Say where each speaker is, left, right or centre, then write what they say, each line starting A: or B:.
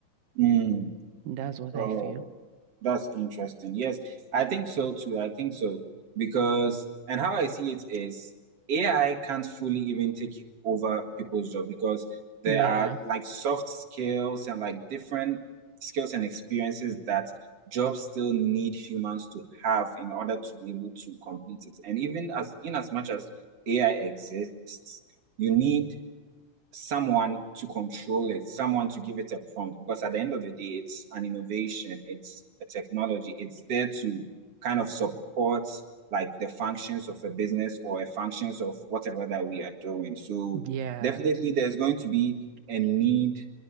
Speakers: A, on the right; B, on the right.
A: Mm.
B: That's what
A: Oh.
B: I feel.
A: That's interesting. Yes, I think so too. I think so because, and how I see it is AI can't fully even take over people's job because there
B: Yeah.
A: are like soft skills and like different skills and experiences that jobs still need humans to have in order to be able to complete it. And even as in as much as AI exists, you need someone to control it, someone to give it a prompt. Because at the end of the day, it's an innovation, it's a technology, it's there to kind of support like the functions of a business or a functions of whatever that we are doing. So
B: Yeah,
A: definitely there's going to be a need.